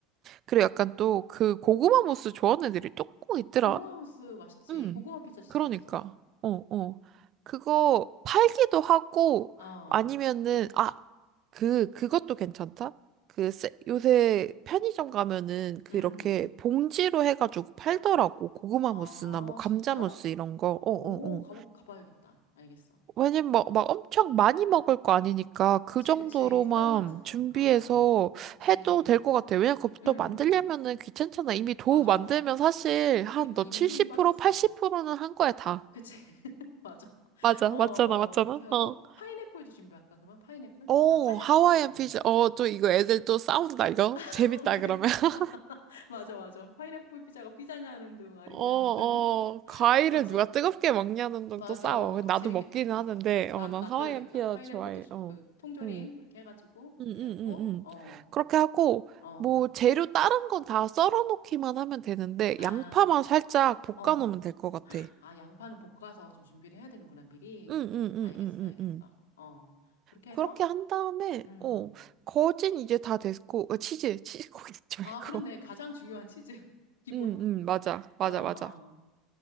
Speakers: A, on the right; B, on the left.
A: 그리고 약간 또 그 고구마 무스 좋아하는 애들이 또 꼭 있더라.
B: 고구마 소스 맛있지.
A: 응.
B: 고구마 피자 진짜
A: 그러니까.
B: 맛있잖아.
A: 어, 어. 그거 팔기도 하고
B: 어,
A: 아니면은 아, 그 그것도 괜찮다. 그 세- 요새 편의점 가면은 그
B: 음.
A: 이렇게 봉지로 해가지고 팔더라고. 고구마
B: 아,
A: 무스나 뭐 감자
B: 진짜?
A: 무스 이런 거. 어,
B: 오,
A: 어,
B: 가보,
A: 어.
B: 가봐야겠다. 알겠어.
A: 왜냐면 막, 막 엄청 많이 먹을 거 아니니까
B: 그치,
A: 그 정도로만
B: 그치. 소량만 있어도 되니까.
A: 준비해서
B: 그치.
A: 해도 될 것 같아요. 왜냐면 그것도
B: 음,
A: 만들려면은 귀찮잖아. 이미 도우
B: 맞아.
A: 만들면 사실 한
B: 그니까
A: 너
B: 이미
A: 70%,
B: 힘이 빠졌어.
A: 80%는 한 거야, 다.
B: 그치, <laughs> 맞아.
A: 맞아,
B: 어, 어,
A: 맞잖아, 맞잖아.
B: 그렇게 하고.
A: 어.
B: 파인애플도 준비할까, 그러면? 파인애플?
A: 오,
B: 나 파인애플
A: 하와이안
B: 피자 좋아하는데.
A: 피자. 어, 또 이거 애들 또 싸운다, 이거.
B: <laughs>
A: 재밌다,
B: 그래?
A: 그러면. <laughs>
B: <laughs> 맞아, 맞아. 파인애플 피자가 피자냐는 둥, 아니냐는
A: 어, 어,
B: 둥. <laughs>
A: 과일을
B: 맞아.
A: 누가 뜨겁게 먹냐는 둥또
B: 맞아.
A: 싸워. 나도
B: 재밌겠다.
A: 먹기는
B: 그래서,
A: 하는데,
B: 나,
A: 어, 난
B: 놔둬야겠다.
A: 하와이안 피자
B: 파인애플도,
A: 좋아해.
B: 주-
A: 어.
B: 그, 통조림,
A: 음.
B: 이렇게 해가지고, 준비하고,
A: 응응응응
B: 어,
A: 그렇게 하고,
B: 어.
A: 뭐, 재료 다른 건 다 썰어 놓기만 하면 되는데,
B: 아.
A: 양파만 살짝 볶아
B: 어.
A: 놓으면 될 것 같아. 응,
B: 아, 양파는 볶아서 좀 준비를 해야 되는구나, 미리.
A: 응, 응, 응,
B: 알겠어, 알겠어.
A: 응, 응.
B: 어. 그렇게
A: 그렇게
B: 해서,
A: 한 다음에,
B: 음.
A: 어, 거진 이제 다 됐고, 어, 치즈, 치즈 <laughs> 고기 넣지
B: 아,
A: 말고.
B: 그렇네. 가장 중요한 치즈. <laughs>
A: <laughs>
B: 기본.
A: 응, 응, 맞아, 맞아,
B: 어, 어.
A: 맞아.